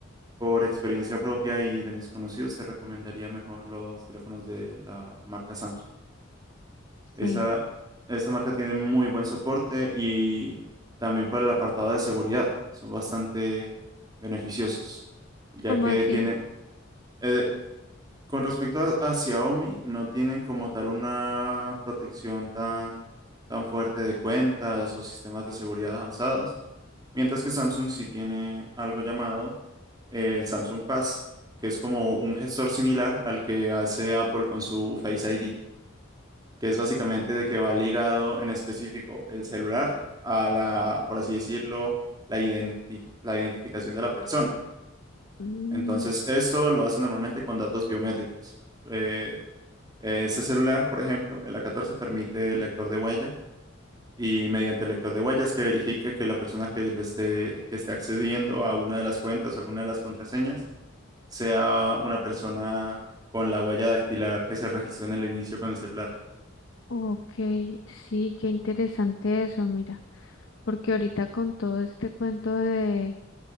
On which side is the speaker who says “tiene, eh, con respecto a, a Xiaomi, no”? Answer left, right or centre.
Right